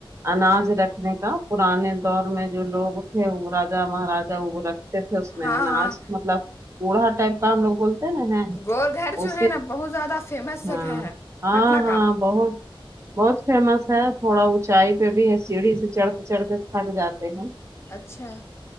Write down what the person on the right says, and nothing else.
اناج رکھنے کا پرانے دور میں جو لوگ تھے وہ راجا مہاراجا وہ رکھ تھے اس میں
اناج
مطلب کوڑھا ٹائپ کا ہم لوگ ا
وہ
ہاں
ہاں
ہاں
بہت بہت فیمس ہے تھوڑا اونچائی پہ بھی ہے سیڑھی سے چڑھتے چڑھتے تھک جاتے ہیں